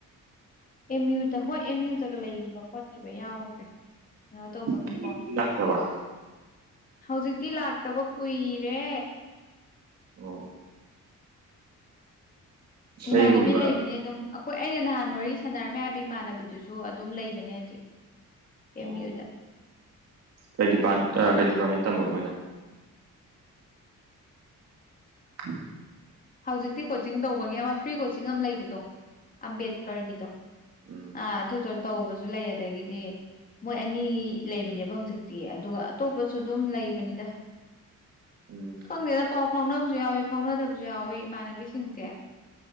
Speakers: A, on the left; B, on the right.
A: ꯑꯦꯝ ꯌꯨꯗ ꯍꯣꯏ ꯑꯦꯝ ꯌꯨꯗꯒ ꯂꯩꯒꯤꯕ ꯈꯣꯠꯈꯤꯕ ꯌꯥꯎꯈ꯭ꯔꯦ ꯀꯩꯅꯣ ꯇꯧꯕꯒꯤꯀꯣ
B: ꯍꯧꯖꯤꯛꯄꯨꯗꯤ ꯂꯥꯛꯇ꯭ꯔꯕ
A: ꯍꯧꯖꯤꯛꯇꯤ ꯂꯥꯛꯇꯕ ꯀꯨꯏꯔꯦ
B: ꯑꯣ ꯏꯁꯩꯒꯨꯝꯕ
A: ꯏꯃꯥꯟꯅꯕꯤ ꯂꯩꯕꯅꯦ ꯑꯗꯨꯝ ꯑꯩꯈꯣꯏ ꯑꯩꯅ ꯅꯍꯥꯟ ꯋꯥꯔꯤ ꯁꯥꯟꯅꯔꯝꯃꯦ ꯍꯥꯏꯕ ꯏꯃꯥꯟꯅꯕꯤꯗꯨꯁꯨ ꯑꯗꯨꯝ ꯂꯩꯕꯅꯦ ꯍꯧꯖꯤꯛ ꯑꯦꯦꯝ
B: ꯑꯣ
A: ꯌꯨꯗ
B: ꯀꯩ ꯗꯤꯄꯥꯔ ꯀꯩ ꯗꯤꯄꯥꯔꯠꯃꯦꯟ ꯇꯝꯕ ꯃꯣꯏꯅ <unintelligible>
A: ꯍꯧꯖꯤꯛꯇꯤ ꯀꯣꯆꯤꯡ ꯇꯧꯕꯒꯤ ꯑꯃ ꯐ꯭ꯔꯤ ꯀꯣꯆꯤꯡ ꯑꯃ ꯂꯩꯕꯗꯣ ꯑꯝꯕꯦꯗꯀꯔꯒꯤꯗꯣ
B: ꯎꯝ
A: ꯑꯥ ꯑꯗꯨꯗꯣ ꯇꯧꯕꯁꯨ ꯂꯩ ꯑꯗꯒꯤꯗꯤ ꯃꯣꯏ ꯑꯅꯤ ꯂꯩꯕꯅꯦꯕ ꯍꯨꯖꯤꯛꯇꯤ ꯑꯗꯨꯒ ꯑꯇꯣꯞꯄꯁꯨ ꯑꯗꯨꯝ ꯂꯩꯕꯅꯤꯗ
B: ꯎꯝ
A: ꯈꯪꯗꯦꯗ ꯄꯥꯎ ꯐꯥꯎꯅꯕꯁꯨ ꯌꯥꯎꯋꯤ ꯐꯥꯎꯅꯗꯕꯁꯨ ꯌꯥꯎꯋꯤ ꯏꯃꯥꯟꯅꯕꯤꯁꯤꯡꯁꯦ